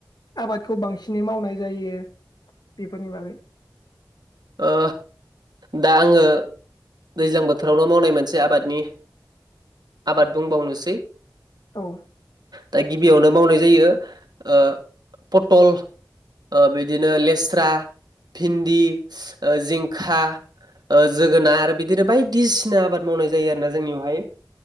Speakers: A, on the left; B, on the right.
A: आबादखौ बांसि नै मावनाय जायो बेफोरनि बागै
B: ओ दा आङो दैज्लां बोथोरावल' मावनाय मोनसे आबादनि आबाद बुंबावनोसै
A: औ
B: दा गिबियावनो मावनाय जायो ओ पटल ओ बिदिनो लेस्रा भिन्दि ओ जिंखा ओ जोगोनार बिदिनो बायदिसिना आबाद मावनाय जा जायो आरोना जोंनियावहाय